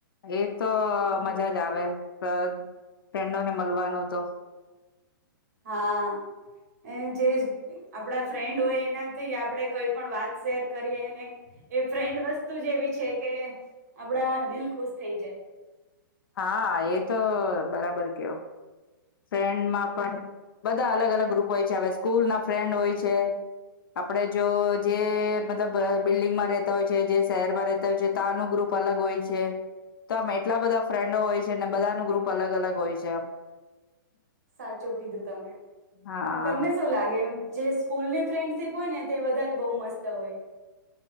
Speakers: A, on the left; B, on the right.
A: એ તો
B: હમ.
A: મજા જ આવે. અ ફ્રેન્ડોને મળવાનું તો
B: હા એ જે આપણા ફ્રેન્ડ હોય એનાથી આપણે કઈ પણ વાત શેર કરીએને એ ફ્રેન્ડ વસ્તુ જે એવી છે કે આપડા દિલ ખુશ થઈ જાય.
A: હા, એ તો બરાબર કેયો. ફ્રેન્ડમાં
B: હમ
A: પણ બ બધા અલગ અલગ ગ્રુપ હોય છે હવે સ્કૂલ ના ફ્રેન્ડ હોય છે આપડે જો જે મતલબ બિલ્ડિંગમાં રેતા હોય છે જે શહેરમાં રેતા હોય છે તાનુ ગ્રુપ અલગ હોય છે તો આમ એટલા બધા ફ્રેન્ડો હોય છે બધા નુ ગ્રુપ અલગ અલગ હોય છે આમ.
B: સાચું કીધું તમે
A: હા
B: પણ તમને શું લાગે એમ? જે સ્કૂલની ફ્રેન્ડશીપ હોય ને તે વધારે બવ મસ્ત હોય.